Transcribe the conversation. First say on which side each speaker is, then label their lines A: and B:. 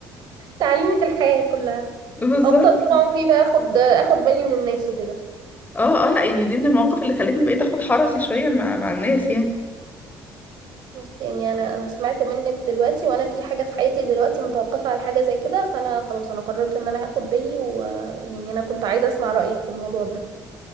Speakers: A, on the right; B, on the left.
A: تعليمة الحياة كلها
B: <laughs> بالظبط
A: افضل طول عمري بقى اخد اخد بالي من الناس وكده
B: اه اه لا يعني دي من المواقف اللي خلتني بقيت اخد حرصي شويه مع, مع الناس يعني
A: بس يعني انا انا سمعت منك دلوقتي وانا في حاجة في حياتي دلوقتي متوقفة على حاجة زي كده فانا خلاص انا قررت ان انا هاخد بالي ويعني انا كنت عايزة اسمع رأيك في الموضوع ده